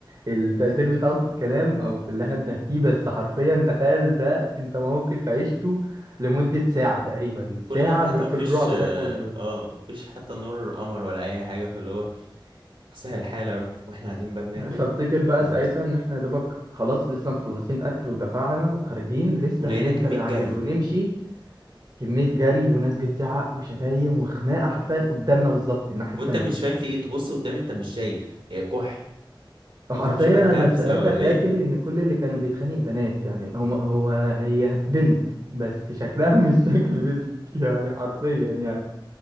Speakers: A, on the right (about 45°); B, on the right (about 75°).
A: التأثير بتاعه في الكلام او في اللي احنا بنحكيه بس حرفيا تخيل ده انت موقف عشته لمدة ساعة تقريبا
B: وكل
A: ساعة
B: ده حتى
A: ب-
B: مفيش
A: في الرعب
B: اه
A: ده كله
B: آه، مفيش حتى نور قمر ولا اي حاجه فاللي هو سهل الحال يا رب واحنا قاعدين بقى بناكل
A: فافتكر
B: خلاص
A: بقى ساعتها ان احنا يا دوبك خلاص لسه مخلصين اكل ودفعنا وخارجين لسه
B: ولقينا
A: هنركب
B: كميه
A: العجل
B: جري
A: ونمشي كمية جري وناس بتزعق وشتايم وخناقة حرفيا قدامنا بالظبط الناحية
B: وانت
A: التانية
B: مش فاهم في ايه تبص قدام انت مش شايف إيه، كحل
A: حرفيا
B: فمش بقى
A: انا
B: كبسة
A: ساعتها
B: ولا
A: فاكر
B: ايه
A: ان كل اللي كانوا بيتخانق بنات يعني هو هو هي بنت بس شكلها مش شكل بنت يعني حرفيا يعني